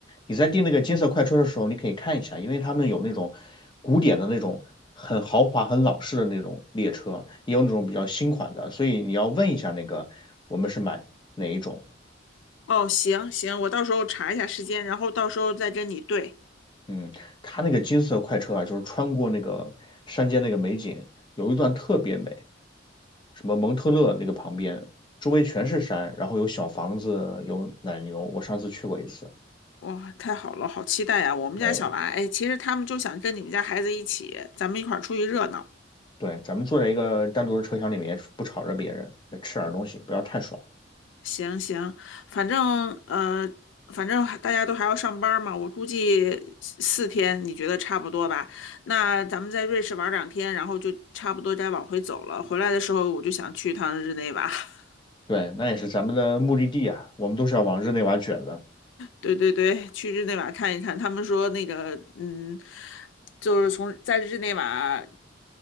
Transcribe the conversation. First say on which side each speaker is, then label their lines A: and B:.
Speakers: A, on the left; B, on the left.
A: 你在订那个金色快车的时候，你可以看一下，因为他们有那种古典的那种很豪华、很老式的那种列车，也有那种比较新款的，所以你要问一下那个我们是买哪一种。
B: 哦，行行，我到时候查一下时间，然后到时候再跟你对。
A: 嗯，它那个金色快车啊，就是穿过那个山间那个美景，有一段特别美，什么蒙特勒那个旁边，周围全是山，然后有小房子，有奶牛。我上次去过一次，
B: 哇，太好了，好期待呀！我们家小娃，
A: 对
B: 哎，其实他们就想跟你们家孩子一起，咱们一块儿出去热闹。
A: 对，咱们坐在一个单独的车厢里面，不吵着别人，吃点东西，不要太爽。
B: 行行，反正呃，反正还大家都还要上班儿嘛，我估计四天，你觉得差不多吧？那咱们在瑞士玩儿两天，然后就差不多该往回走了。回来的时候，我就想去趟日内瓦。<laughs>
A: 对，那也是咱们的目的地啊，我们都是要往日内瓦卷的，
B: 对对对，去日内瓦看一看。他们说那个，嗯，就是从在日内瓦，